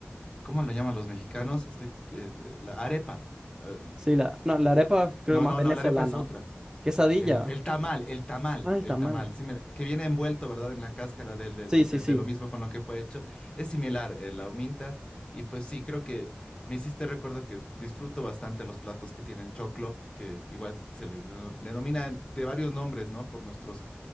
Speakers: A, on the left (about 25°); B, on the right (about 15°).
A: ¿Cómo lo llaman los mexicanos? Estoy, eh, la arepa. Eh,
B: Sí, la, no, la arepa creo
A: no,
B: que más
A: no,
B: venezolano.
A: no, la arepa es otra.
B: Quesadilla,
A: El, el tamal, el tamal,
B: ah, el
A: el
B: tamal.
A: tamal, similar- que viene envuelto, ¿verdad? En la cáscara del- del-
B: Sí,
A: de, de-
B: sí, sí,
A: de lo mismo con lo que fue hecho. Es similar, eh, la huminta. Y pues sí, creo que me hiciste recuerdo que disfruto bastante los platos que tienen choclo, que igual se le deno- denomina de varios nombres, ¿no? Por nuestros